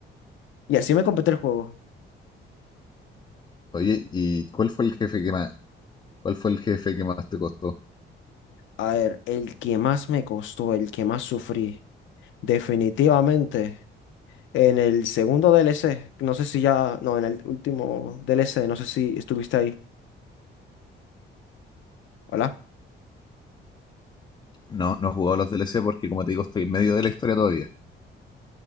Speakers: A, on the left (about 75°); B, on the left (about 25°).
A: Y así me completé el juego.
B: Oye, ¿y cuál fue el jefe que más, cuál fue el jefe que más te costó?
A: A ver, el que más me costó, el que más sufrí, definitivamente, en el segundo DLC, no sé si ya, no, en el último DLC, no sé si estuviste ahí. Hola,
B: No, no he jugado los DLC porque, como te digo, estoy en medio de la historia todavía.